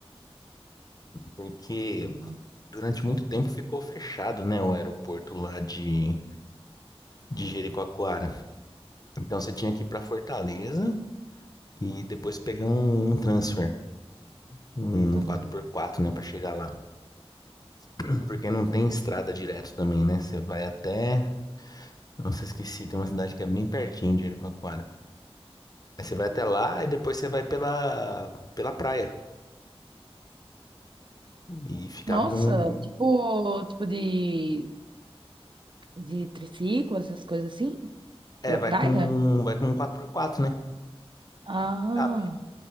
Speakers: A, on the left; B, on the right.
A: Porque
B: Uhum.
A: durante muito tempo ficou fechado, né? O aeroporto lá de, de Jericoacoara. Então você tinha que ir pra Fortaleza. e depois pegar um, um transfer, um
B: Uhum.
A: quatro por quatro né, Pra chegar lá. <clears throat> Porque não tem estrada direto também, né? Você vai até, não nossa, esqueci, tem uma cidade que é bem pertinho de Jericoacoara. Aí você vai até lá e depois você vai pela pela praia. E ficava
B: Nossa,
A: um,
B: tipo, tipo de, de triciclo, essas coisas assim,
A: é,
B: pela
A: vai
B: praia?
A: com vai com um 4x4, né?
B: Ah,
A: do Picape.